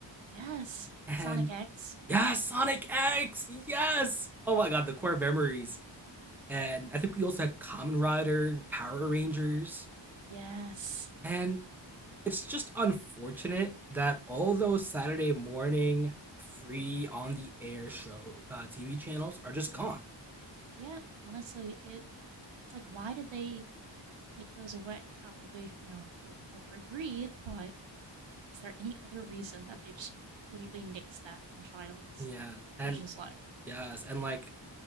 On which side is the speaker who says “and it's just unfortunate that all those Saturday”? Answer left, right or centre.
Centre